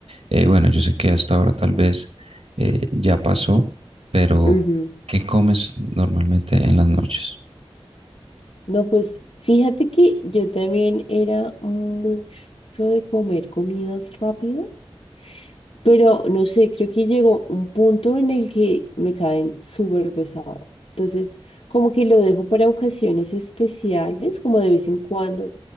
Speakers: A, on the right; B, on the left.
A: Eh, bueno, yo sé que hasta ahora tal vez eh, ya pasó, pero
B: ujú.
A: ¿qué comes normalmente en las noches?
B: No, pues fíjate que yo también era mucho de comer comidas rápidas. Pero no sé, creo que llegó un punto en el que me caen súper pesado. Entonces, como que lo dejo para ocasiones especiales, como de vez en cuando.